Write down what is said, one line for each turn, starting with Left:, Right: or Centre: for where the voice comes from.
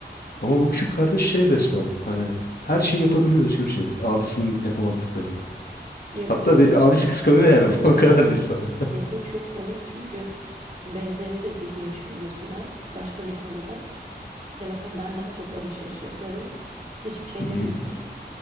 Left: Ama bu küçük kardeş şey resmen hani her şeyi yapabiliyor özgürce. Abisinin yapamadıklarını.
Right: Ya,
Left: Hatta
Right: bu-
Left: bir, abisi kıskanıyor yani <laughs> o kadar değil sana.
Right: ya bu çok komik çünkü benzerini de biz yaşıyoruz biraz başka bir konuda. Ya mesela ben daha çok alışveriş yapıyorum. Hiçbir şey
Left: <laughs>
Right: demiyorlar.